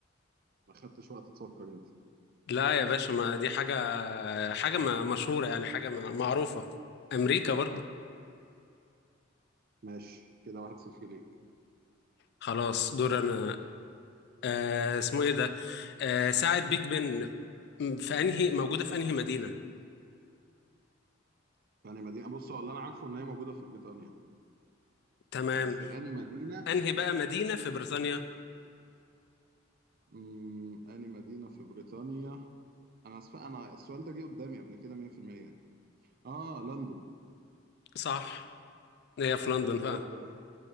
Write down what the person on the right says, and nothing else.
ما خدتش وقت تفكر انت
ماشي كده واحد صفر ليك
فأني مدينة بص هو اللي أنا عارفه إن هي موجودة في بريطانيا
بس أني مدينة
امم أني مدينة في بريطانيا أنا أسف... أنا السؤال ده جه قدامي قبل كده 100% آه لندن
كده
واحد واحد